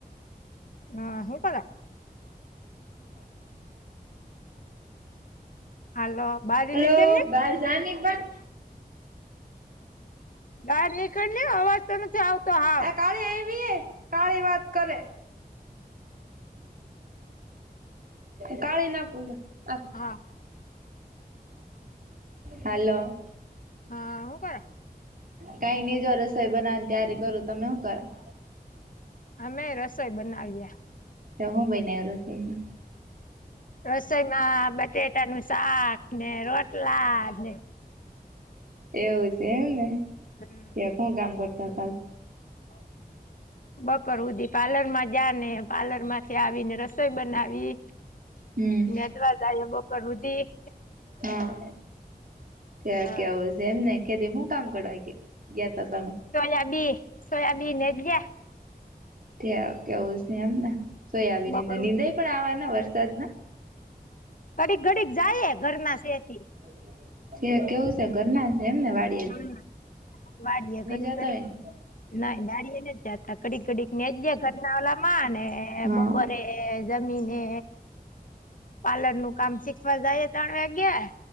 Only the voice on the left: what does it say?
હા હું કરે - હાલો બહાર
નીકળ ને
બહાર નીકળને અવાજ તો નથી આવતો હાવ-
હા-
હા હું -
અમે રસોઈ બનાવીયા-
રસોઈમાં બટેટા નું શાક ને રોટલા ને
હમ
હા બપોર ઉધી પાર્લર માં જા ને પાર્લર માંથી આવી ને રસોઈ બનાવી.
નનેદવા જાય બપ રુધિ-
હા
સોયાબીન સોયાબીન્યા
બપોર
કડીક ઘડીક જાય ઘરમાં છેથી.
હમ વાળિય ઘડી
ઘડી
ના દાળિયે જાત ત કડીક કડીક નેચ દે ઘરના વાળલા માં ને
બપોરે એ જમીને પાર્લર નું કામ શીખવા જાય ત્રણ વાગ્યા.